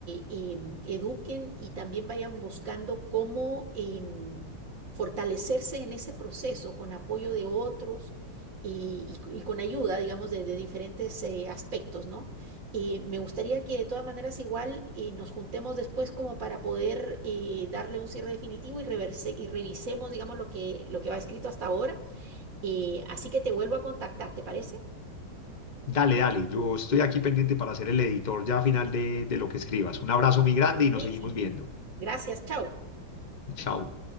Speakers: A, on the right (about 40°); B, on the left (about 55°).
A: em, eduquen y también vayan buscando cómo... em, fortalecerse en ese proceso con apoyo de otros y, y- y con ayuda, digamos, de, de diferentes eh, aspectos, ¿no? Y me gustaría que de todas maneras igual eh, nos juntemos después como para poder eh, darle un cierre definitivo y, reverse, y revisemos, digamos, lo que, lo que va escrito hasta ahora. Eh, así que te vuelvo a contactar, ¿te parece?
B: Dale, dale, yo estoy aquí pendiente para ser el editor ya a final de, de lo que escribas. Un abrazo muy grande
A: Buenísimo.
B: y nos seguimos viendo.
A: Gracias, chao.
B: Chao.